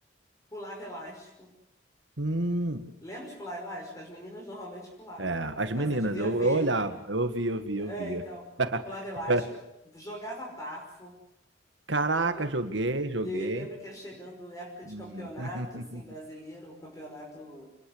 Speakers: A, on the left; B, on the right.
A: Pulava elástico.
B: hum.
A: Lembra de pular elástico? As meninas normalmente pulavam,
B: É,
A: né?
B: as
A: Mas
B: meninas,
A: você devia
B: eu,
A: ver,
B: eu olhava,
A: né?
B: eu via, eu via,
A: É,
B: eu via.
A: então,
B: <laughs>
A: pulava elástico, jogava bafo.
B: Caraca,
A: Eu lembro,
B: joguei, joguei.
A: eu ia- lembro que ia chegando época de
B: Hum.
A: campeonato,
B: <laughs>
A: assim, brasileiro, o campeonato